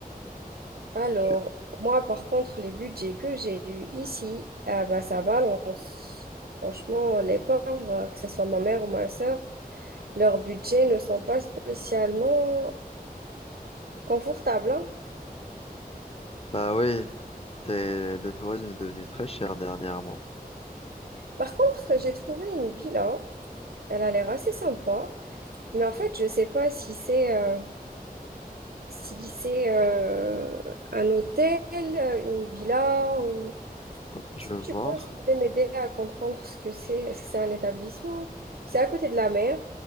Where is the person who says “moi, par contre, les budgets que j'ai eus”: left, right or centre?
Right